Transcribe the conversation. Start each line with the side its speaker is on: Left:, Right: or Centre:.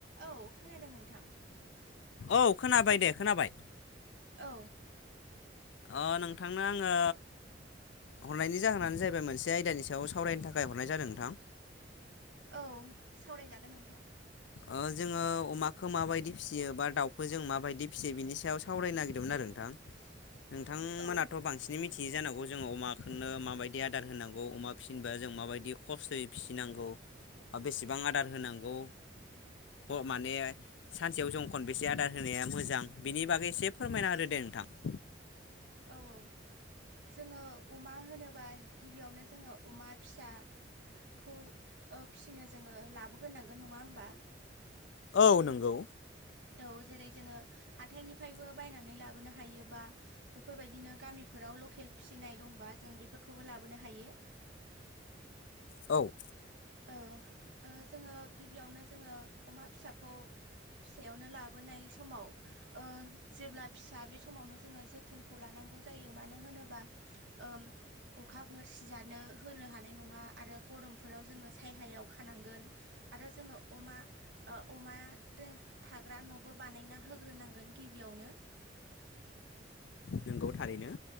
Right: औ खोनादों नोंथां।
Left: औ खोनाबाय दे खोनाबाय।
Right: औ
Left: अ नोंथांनो आङो हरनायनि जाहोनानो जाहैबाय मोनसे आयदानि सायाव सावरायनो थाखाय हरनाय जादों नोंथां।
Right: औ सावरायजागोन नोंथां।
Left: ओ जोङो अमाखो माबायदि फिसियो बा दाउखो जों माबायदि फिसियो बिनि सायाव सावरायनो नागिरदोंमोन आरो नोंथां। नोंथांमोनाथ'
Right: औ
Left: बांसिनै मिथ थियो जानांगौ जोङो अमाखोनो माबायदि आदार होनांगौ अमा फिसिनोबा जों माबायदि खस्थयै फिसिनांगौ ओ बेसेबां आदार होनांगौ ह माने सानसेयाव जों खनबेसे आदार होनाया मोजां बिनि बागै एसे फोरमायना होदो दे नोंथां।
Right: औ औ जोङो अमा होनोबा गिबियावनो जोङो अमा फिसा। खौ ओ फिसिनो जोङो लाबोगोनांगोन नङा ओमबा,
Left: औ नोंगौ।
Right: औ जेरै जोङो हाथायनिफ्रायबो बायनानै लाबोनो हायो बा। बेफोरबायदिनो गामिफोराव लखेल फिसिनाय दंबा जों बेफोरखौबो लाबोनो हायो।
Left: औ
Right: ओ ओ जोङो गिबियावनो जोङो अमा फिसाखौ। फिसायावनो लाबोनाय समाव, ओ जेब्ला फिसा बे समावनो जोङो जोथोनखौ लानांगौ जायो मानो होनोबा। ओ अखाफोर सिजानो होनो हानाय नङा आरो गरमफोराव जोङो। सायहायाव खानांगोन आरो जोङो अमा, ओ अमा दो थाग्रा न'बो बानायना होग्रोनांगोन गिबियावनो।
Left: नोंगौ थारैनो।